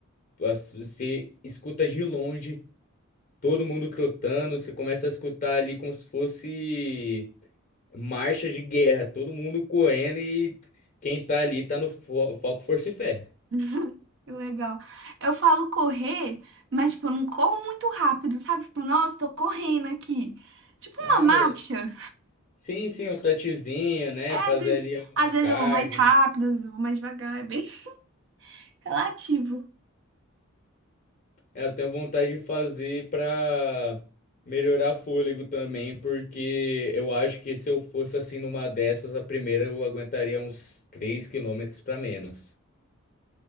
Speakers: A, on the left (about 40°); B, on the right (about 60°).
A: as- você escuta de longe. Todo mundo trotando, você começa a escutar ali como se fosse marcha de guerra, todo mundo correndo e quem tá ali tá no fo- foco, força e fé.
B: <laughs> Que legal. Eu falo correr, mas, tipo, eu não corro muito rápido, sabe? Tipo, nossa, tô correndo aqui. Tipo
A: Nada.
B: uma marcha.
A: Sim, sim, o trotezinho, né?
B: É, às
A: Fazer
B: vezes,
A: ali
B: às
A: o
B: vezes
A: cardio.
B: eu vou mais rápido, às vezes eu vou mais devagar, é bem <laughs> relativo.
A: É, eu tenho vontade de fazer pra melhorar fôlego também, porque eu acho que se eu fosse assim numa dessas, a primeira eu aguentaria uns 3 quilômetros pra menos.